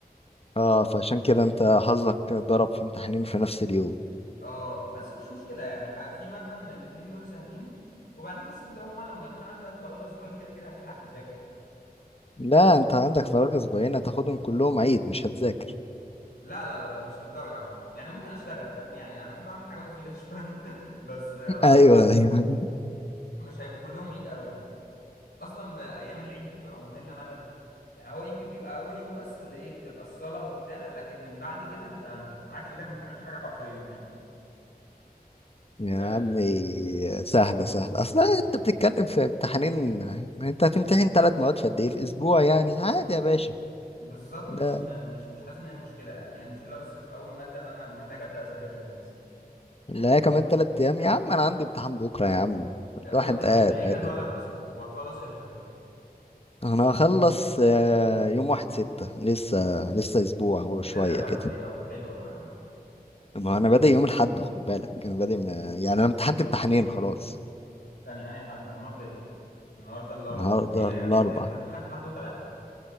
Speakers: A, on the left; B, on the left.
A: اه فعشان كده انت حظك ضرب في امتحانين في نفس اليوم
B: اه بس مش مشكلة يعني ح- في مادة من الاتنين دول سهلين وبعدين حاسس اللي هو لما يكون عندك فراغ اسبوعين كده كده هتلحق تذاكر يعني
A: لا انت عندك فراغ اسبوعين هتاخدهم كلهم عيد مش هتذاكر
B: لا لا لا لا مش للدرجة عامة يعني ممكن اشتغل فاهم يعني انا بحب اعمل حاجة مفيدة <laughs> شوية بس
A: <laughs>
B: آم،
A: ايوه ايوه
B: مش هيبقوا كلهم عيد قوي يعني اصلا بايام العيد دي بتبقى مملة ملل يعني هو يمكن بيبقى اول يوم بس اللي ايه بتبقى الصلاة وبتاع لكن من بعد كده انت انت بتبقى قاعد في بيتك ما بتعملش حاجة حرفيا يعني
A: يا
B: ال...
A: عمي سهلة سهلة اصلا انت بتتكلم في امتحانين انت هتمتحن ثلاث مواد في قد ايه في اسبوع يعني عادي يا باشا
B: بالظبط
A: ده
B: مش م... مش مش حاسس ان هي مشكلة يعني هي المشكلة بس في اول مادة اللي انا محتاج ابدا اذاكرها دي لسه
A: لا كمان ثلاث ايام يا عم انا عندي امتحان بكرة يا عم
B: آه،
A: الواحد
B: انت انت
A: قاعد
B: ايه جدولك
A: قاعد
B: اصلا وهتخلص امتى وكده
A: انا هخلص آه، يوم واحد ستة لسه لسه اسبوع وشوية
B: ايه ده ده بدري
A: كده
B: قوي حلو قوي يا عم
A: ما انا بادئ يوم الاحد خد بالك انا بادئ م- يعني انا امتحنت امتحانين خلاص
B: تاني انا حد هو النهارده ايه النهارده الاربع
A: النهارده
B: ايه ده
A: الاربع
B: يعني انت انت امتحنت حد وتلات